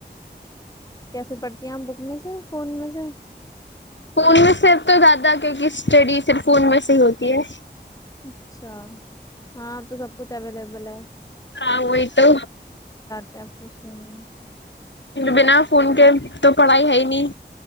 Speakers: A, on the left; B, on the left.
A: کیسے پڑھتی ہیں ہمپ بک میں سے فون میں سے
B: فون میں صرف تو زیادہ کیکہ اسٹڈی صرف فون میں سے ہی ہوتی ہے
A: اچھا ہاں اب تو سب کچھ اویلیبل ہے
B: ہاں وہئی تو۔
A: <unintelligible> ہہممم۔
B: بنا فون کے تو پڑھائی ہے ہی نہیں۔